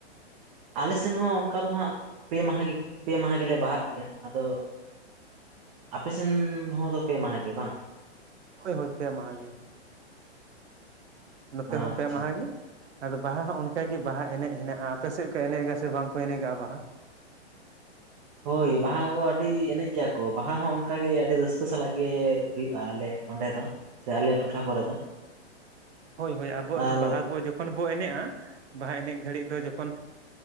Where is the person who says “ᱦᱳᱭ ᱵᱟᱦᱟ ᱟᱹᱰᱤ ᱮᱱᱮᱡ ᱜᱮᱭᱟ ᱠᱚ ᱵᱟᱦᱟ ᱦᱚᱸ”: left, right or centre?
Right